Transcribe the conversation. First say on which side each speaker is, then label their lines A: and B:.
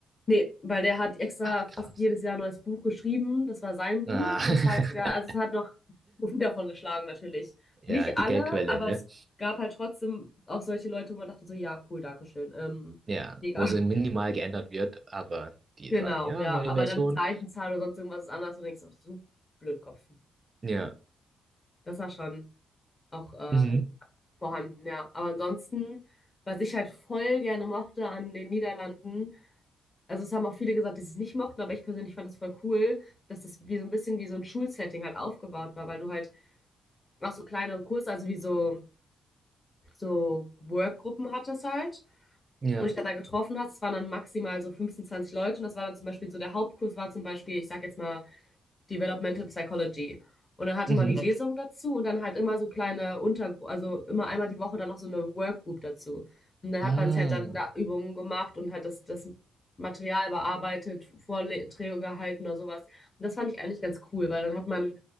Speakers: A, on the left; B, on the right.
A: Nee, weil der hat extra
B: Ach,
A: fast
B: krass.
A: jedes Jahr ein neues Buch geschrieben. Das war sein Buch.
B: Ah,
A: Das
B: <laughs>
A: heißt ja, also es hat noch Profit davon geschlagen, natürlich.
B: ja,
A: Nicht
B: die
A: alle,
B: Geldquelle,
A: aber
B: ne?
A: es gab halt trotzdem auch solche Leute, wo man dachte so, ja, cool, Dankeschön. Ähm,
B: Ja,
A: mega.
B: wo es minimal
A: <laughs>
B: geändert wird, aber die
A: Genau,
B: sagen, ja,
A: ja.
B: neue
A: Aber
B: Version.
A: dann die Seitenzahl oder sonst irgendwas ist anders und denkst auch, so Blödkopf.
B: Ja.
A: Das war schon auch äh,
B: Mhm.
A: vorhanden, ja. Aber ansonsten, was ich halt voll gerne mochte an den Niederlanden, Also es haben auch viele gesagt, die es nicht mochten, aber ich persönlich fand das voll cool, dass das wie so ein bisschen wie so ein Schulsetting halt aufgebaut war, weil du halt auch so kleine Kurse, also wie so, so Workgruppen hattest halt
B: Ja.
A: und ich dann da getroffen hast, es waren dann maximal so 15, 20 Leute und das war dann zum Beispiel so, der Hauptkurs war zum Beispiel, ich sag jetzt mal Developmental Psychology. Und dann hatte
B: Mhm.
A: man die Lesung dazu und dann halt immer so kleine Untergruppen, also immer einmal die Woche dann noch so eine Workgroup dazu. Und dann
B: Ah.
A: hat man halt dann da Übungen gemacht und hat das, das Material bearbeitet, Vorträge gehalten oder sowas. Und das fand ich eigentlich ganz cool, weil dann hat man,